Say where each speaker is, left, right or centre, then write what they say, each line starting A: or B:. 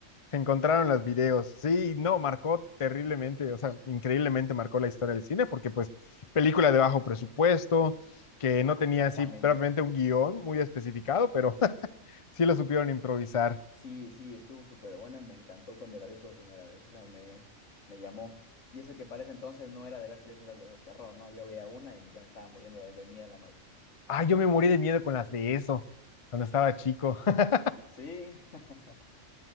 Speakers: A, on the left; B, on the left.
A: se encontraron los videos. Sí, no, marcó terriblemente, o sea, increíblemente marcó la historia del cine, porque pues película de bajo presupuesto, que
B: Ajá,
A: no tenía
B: exactamente.
A: así prácticamente un guión muy especificado, pero <laughs> sí lo supieron improvisar.
B: Sí, sí, estuvo súper bueno me encantó cuando la vi por primera vez. O sea, me, me llamó. Y eso que para ese entonces no era de ver películas de terror, ¿no? Yo veía una y ya me estaba muriendo de, de miedo en la noche.
A: Ah, yo me morí de miedo con las de eso, cuando estaba chico. <laughs>
B: Sí, <laughs>